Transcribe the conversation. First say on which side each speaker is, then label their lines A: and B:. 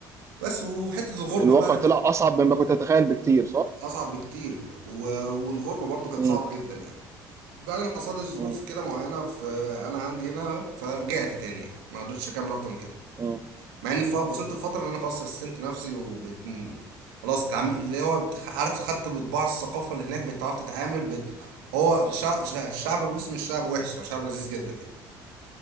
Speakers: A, on the right; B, on the right.
A: بس وحتة الغربة
B: الواقع
A: بقى اللي
B: طلع
A: كانت
B: أصعب مما كنت أتخيل بكتير صح؟
A: اصعب بكتير و- والغربة برضو كانت
B: مم.
A: صعبة جدا يعني بعدين حصل لي ظروف
B: مم.
A: كده معينة في انا عندي هنا فرجعت تاني يعني ما قدرتش اكمل اكتر من كده
B: مم.
A: مع ان ف... وصلت لفتره ان انا خلاص سستمت نفسي وبت م- خلاص اتعام... اللي هو بت... عارف خدت بطباع الثقافه اللي هناك بتعرف تتعامل بت... هو شع... شع... الشعب الروسي مش شعب وحش هو شعب لذيذ جدا يعني